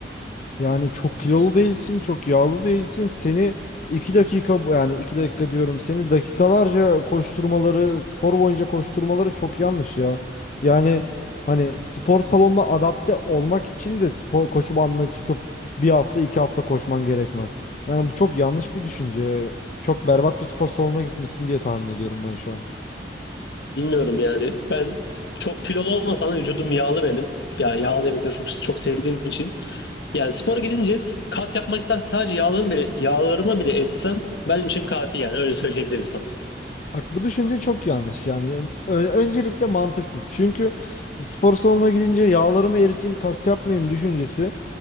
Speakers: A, on the left; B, on the left.
A: Yani çok kilolu değilsin, çok yağlı değilsin. Seni iki dakika bu- yani iki dakika diyorum seni dakikalarca koşturmaları, spor boyunca koşturmaları çok yanlış ya. Yani hani spor salonuna adapte olmak için de spor koşu bandına çıkıp bir hafta iki hafta koşman gerekmez. Yani bu çok yanlış bir düşünce. Çok berbat bir spor salonuna gitmişsin diye tahmin ediyorum ben şu an.
B: Bilmiyorum yani. Ben çok kilolu olmasam da vücudum yağlı benim. Yani yağlı yemekleri çok çok sevdiğim için. Yani spora gidince kas yapmaktan sadece yağlarımı bile yağlarımı bile eritsem benim için kafi yani öyle söyleyebilirim sana.
A: Bak bu düşünce çok yanlış yani. Ö- öncelikle mantıksız. Çünkü spor salonuna gidince yağlarımı eriteyim, kas yapmayayım düşüncesi